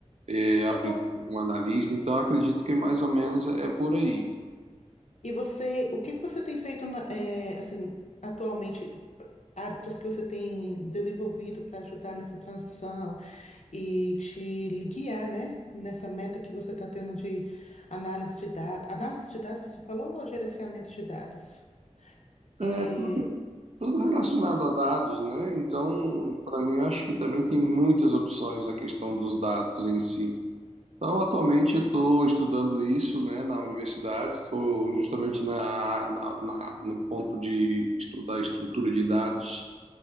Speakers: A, on the right (about 60°); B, on the left (about 70°).
A: é,
B: Isso
A: a princípio,
B: é bom.
A: um analista. Então, acredito que mais ou menos é por aí.
B: E você, o que que você tem feito na- eh, assim, atualmente? Hábitos que você tem desenvolvido para ajudar nessa transição? e te guiar, né, nessa meta que você está tendo de análise de dados. Análise de dados, você falou, ou gerenciamento de dados? É,
A: É tudo relacionado a dados, né? Então, para mim, eu acho que também tem muitas opções a questão dos dados em si. Então, atualmente eu estou estudando isso, né, na universidade, estou justamente na, na, na- no ponto de estudar estrutura de dados.